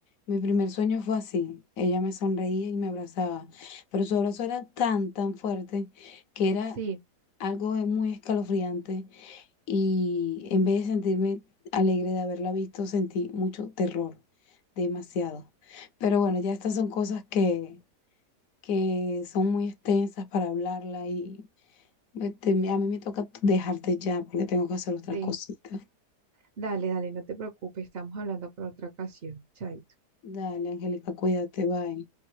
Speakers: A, on the left; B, on the right.
A: Mi primer sueño fue así. Ella me sonreía y me abrazaba, pero su abrazo era tan, tan fuerte que era
B: Sí,
A: algo de muy escalofriante y en vez de sentirme alegre de haberla visto, sentí mucho terror, demasiado. Pero bueno, ya estas son cosas que, que son muy extensas para hablarla y este, a mí me toca dejarte ya porque tengo que hacer otras
B: sí,
A: cositas.
B: dale, dale, no te preocupes, estamos hablando por otra ocasión, chaito.
A: Dale, Angélica, cuídate, bye.